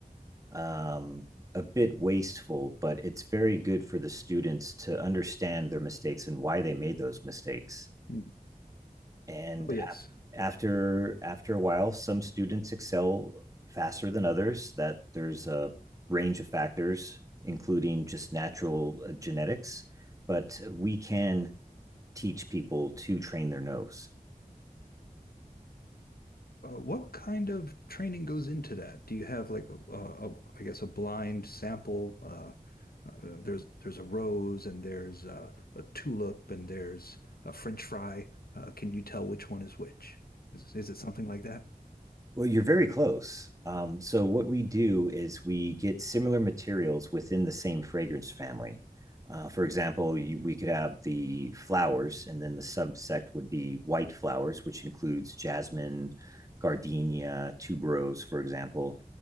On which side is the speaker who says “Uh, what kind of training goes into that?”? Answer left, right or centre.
Left